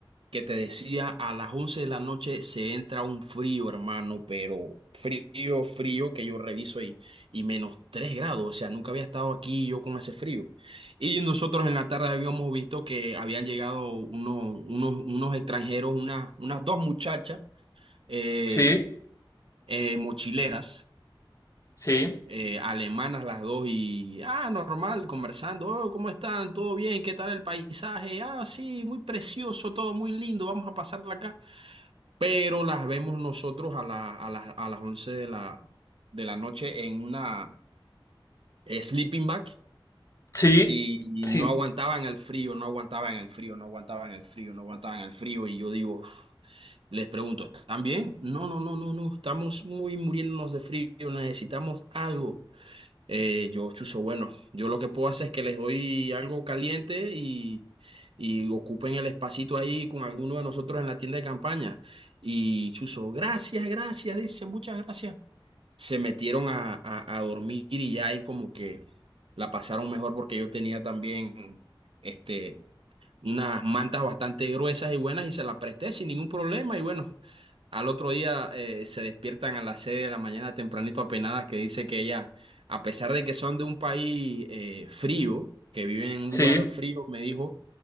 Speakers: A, on the right; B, on the left.
A: que te decía, a las 11 de la noche se entra un frío, hermano, pero frío, frío, que yo reviso y, y menos 3 grados, o sea, nunca había estado aquí yo con ese frío. Y nosotros en la tarde habíamos visto que habían llegado unos, unos, unos extranjeros, unas, unas dos muchachas, eh,
B: Sí,
A: eh, mochileras
B: sí,
A: eh, alemanas las dos y, ah, normal, conversando, oh, ¿cómo están? ¿Todo bien? ¿Qué tal el paisaje? Ah, sí, muy precioso, todo muy lindo, vamos a pasarla acá. Pero las vemos nosotros a, la- a, las a las 11 de la, de la noche en una eh, sleeping bag
B: sí,
A: y,
B: sí,
A: y no aguantaban el frío, no aguantaban el frío, no aguantaban el frío, no aguantaban el frío y yo digo... "Uf". Les pregunto, ¿están bien? No, no, no, no, no, estamos muy muriéndonos de frío, necesitamos algo. Eh, yo, chuzo, bueno, yo lo que puedo hacer es que les doy algo caliente y, y ocupen el espacito ahí con alguno de nosotros en la tienda de campaña. Y chuzo, gracias, gracias, dice, muchas gracias. Se metieron a, a, a dormir y ya ahí como que la pasaron mejor porque yo tenía también este, unas mantas bastante gruesas y buenas y se las presté sin ningún problema y bueno. Al otro día eh, se despiertan a las 6 de la mañana tempranito apenadas que dice que ella, a pesar de que son de un país eh, frío, que viven en un
B: sí.
A: lugar frío, me dijo,